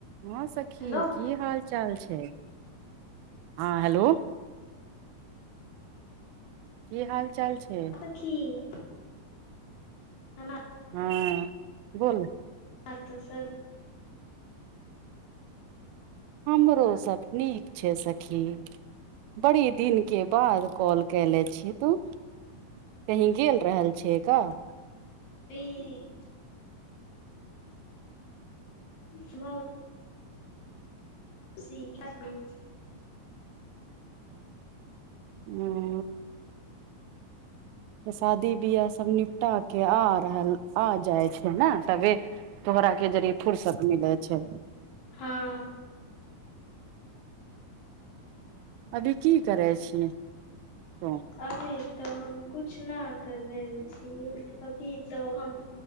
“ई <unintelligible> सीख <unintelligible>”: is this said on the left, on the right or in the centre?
Left